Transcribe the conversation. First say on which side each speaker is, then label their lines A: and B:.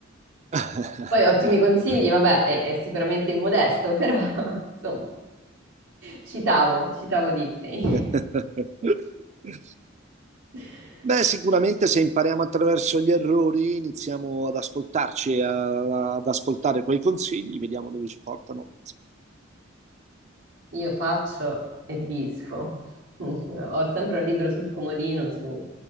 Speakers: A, on the right; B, on the right.
A: <laughs>
B: Poi ottimi consigli, vabbè, è, è sicuramente immodesto, però <laughs> insomma, citavo, citavo Disney.
A: <laughs>
B: <laughs>
A: Beh, sicuramente se impariamo attraverso gli errori, iniziamo ad ascoltarci, a- ad ascoltare quei consigli, vediamo dove ci portano.
B: Io faccio e disfo. <laughs> Ho sempre un libro sul comodino su,